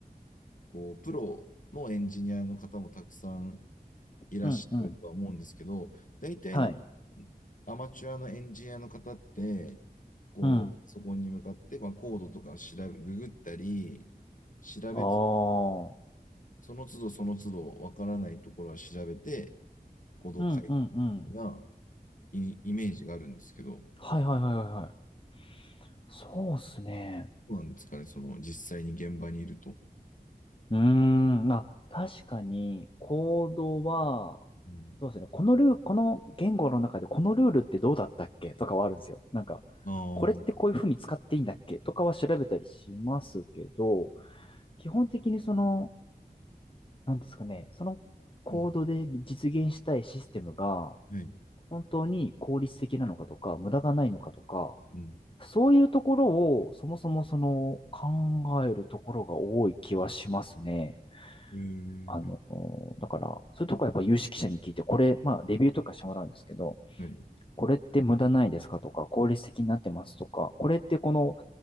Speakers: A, on the left; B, on the left.
A: こう、プロのエンジニアの方もたくさんいらっしゃるとは思うんですけど、
B: うんうん。
A: 大体の
B: はい。
A: アマチュアのエンジニアの方って、こう、
B: うん。
A: パソコンに向かって、まあ、コードとかを調べ、ググったり、調べつ、
B: ああ。
A: その都度その都度わからないところは調べて、コードを書いてみたいな
B: うんうんうん。
A: イイメージがあるんですけど、
B: はいはいはいはいはい。そうっすね。
A: どうなんですかね、その実際に現場にいると。
B: うーん。あ、確かに、コードは、
A: うん、
B: そうですね。このルール、この言語の中でこのルールってどうだったっけとかはあるんですよ。なんか、
A: ああ、
B: これってこういうふうに使っていいんだっけとかは調べたりしますけど、基本的にその、なんですかね、そのコードで実現したいシステムが
A: うん、はい。
B: 本当に効率的なのかとか、無駄がないのかとか、
A: うん。
B: そういうところをそもそもその考えるところが多い気はしますね。
A: へえ、
B: あの、だから、そういうとこはやっぱ有識者に聞いて、これ、まあ、レビューとかしてもらうんですけど、
A: はい。
B: これって無駄ないですかとか、効率的になってますとか、これってこの